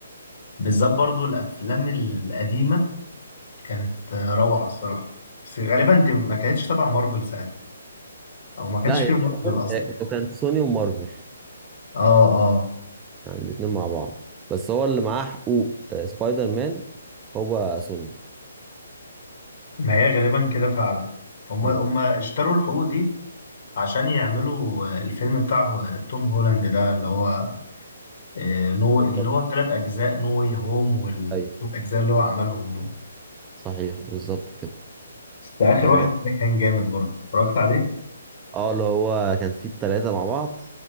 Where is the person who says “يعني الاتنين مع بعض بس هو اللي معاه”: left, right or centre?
Right